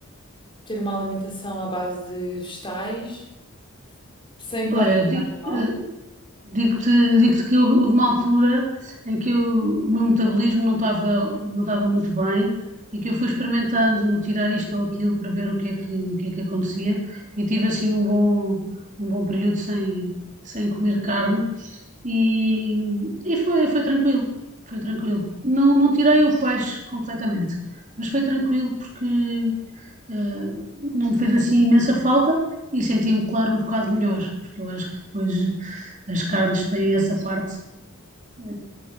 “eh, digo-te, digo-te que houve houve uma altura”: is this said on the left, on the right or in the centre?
Right